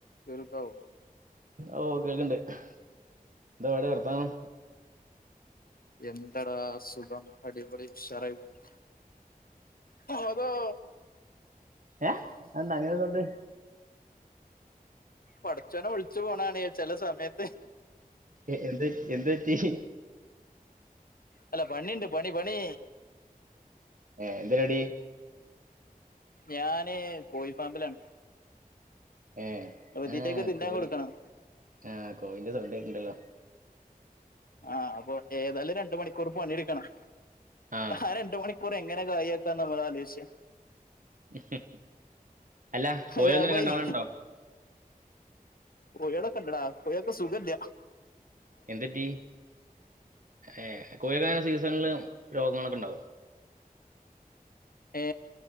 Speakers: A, on the left; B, on the right.
A: കേൾക്കാവൊ
B: ഓ കേക്ക്ണ്ട് എന്താ ആടെ വർത്താനം
A: എന്തെടാ സുഖം അടിപൊളി ഉഷറായിപോണ് അലോ
B: ഏ എന്താ അങ്ങനെ കൊണ്ട്
A: പടച്ചോനെ വിളിച്ചു പോണാണ് ചെല സമയത്ത്
B: എ എന്തേ എന്തെറ്റി
A: അല്ല പണിണ്ട് പണി പണി
B: ഏ എന്താരടി
A: ഞാന് കോഴിഫാമിലാണ്
B: ഏഹ് ആഹ്
A: തീറ്റയൊക്കെ തിന്നാൻ
B: കോയി
A: കൊടുക്കണം
B: ആ കോയിന്റെ സൗണ്ട്കേക്ക്ണ് ണ്ട് ല്ലോ
A: ആഹ് അപ്പൊ ഏതായാലും രണ്ട് മണിക്കൂർ പണിയെടുക്കണം
B: ആ
A: ആരണ്ട് മണി ക്കൂർ എങ്ങനെ കായ് ആക്കാന്ന് നമ്മളാലോജി
B: ആഹ് അല്ല കോഴി
A: ലാഭായി
B: ഒന്നും കണ്ടമാനണ്ടോ
A: കോഴിയേള്ക്കെണ്ടടാ കോഴിയേക്ക് സുഖല്ല
B: എന്തറ്റി ഏ കോഴിന്റെ സീസണില് രോഗങ്ങളൊക്കെണ്ടാവും
A: ഏ